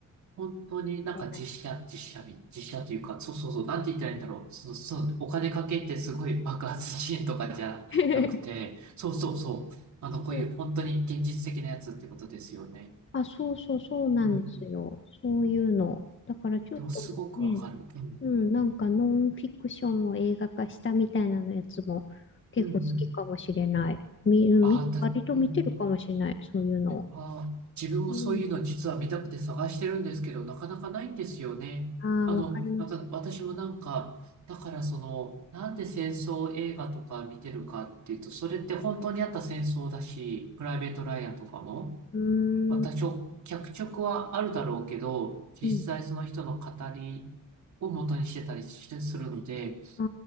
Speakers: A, on the right; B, on the left.
A: 本当になんか実写、
B: しれない。
A: 実写み、実写というか、そうそうそう、なんて言ったらいいんだろう。そう、そう、お金かけてすごい爆発シーンとかじゃなくて、
B: <laughs>
A: そうそうそう。あの、
B: そう。
A: こういう本当に現実的なやつってことですよね。
B: あ、そうそうそうなんですよ。
A: うんうん。
B: そういうの。だからちょっとね、
A: でもすごくわかる。うん。
B: うん、なんかノンフィクションを映画化したみたいなのやつも結構好きかもしれない。
A: うんうん。
B: み、うんみ、
A: ああ、た、
B: 割と見てるかもしれない、
A: うんうん。
B: そういうのを。
A: ああ、自分もそういうの実は見たくて探してるんですけど、
B: うん。
A: なかなかないんですよね。
B: ああ、
A: あの、
B: わかります。
A: なんか私もなんか、だからその、なんで戦争映画とか見てるかっていうと、それって本当にあった戦争だし、プライベート・ライアンとかも、
B: うーん。
A: まは脚色はあるだろうけど、実際その人の語りを元にしてたりしてするので、
B: うん。あ